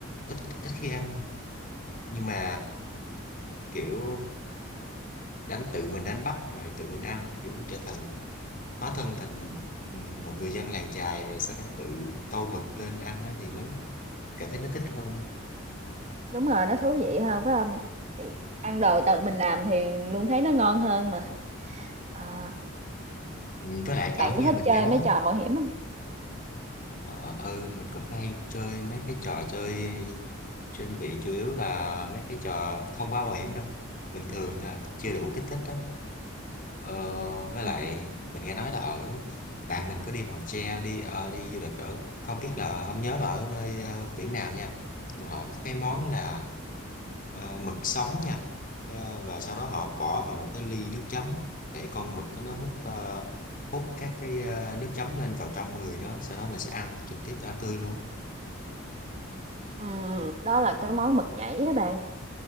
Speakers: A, on the left; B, on the right.
A: ít ít khi ăn nhưng mà kiểu đánh tự mình đánh bắt rồi tự mình ăn kiểu trở thành hóa thân thành ừm, một người dân làng chài rồi sau đó tự câu mực lên ăn đó thì nó cảm thấy nó thích hơn
B: Đúng rồi, nó thú vị hơn, phải không Thì ăn đồ tự mình làm thì luôn thấy nó ngon hơn mà. Ờ,
A: Ừ, với lại ở
B: bạn
A: nghe
B: có thích
A: mình
B: chơi
A: nghe nói
B: mấy trò mạo hiểm không
A: Ờ, ừ mình cũng hay chơi mấy cái trò chơi trên bị chủ yếu là mấy cái trò không quá mạo hiểm đâu bình thường thôi à, chưa đủ kích thích đó ờ, với lại
B: Ừm,
A: mình nghe nói là ở bạn mình có đi Hòn Tre đi ờ, đi du lịch ở không biết là không nhớ là ở nơi ờ, biển nào nha nhưng mà họ có cái món là ờ, mực sống nha Ờ, và sau đó họ bỏ vào một cái ly nước chấm để con mực đó nó hút ờ, hút các cái ờ, nước chấm lên vào trong người nó sau đó mình sẽ ăn trực tiếp ăn tươi luôn á.
B: ừm, đó là cái món mực nhảy á bạn.